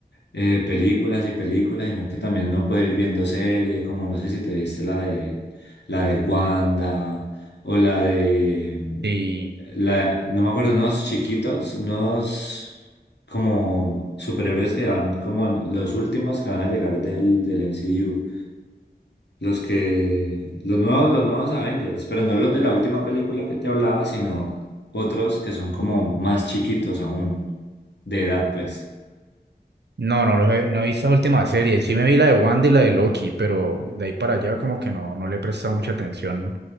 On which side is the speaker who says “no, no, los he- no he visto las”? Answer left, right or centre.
Right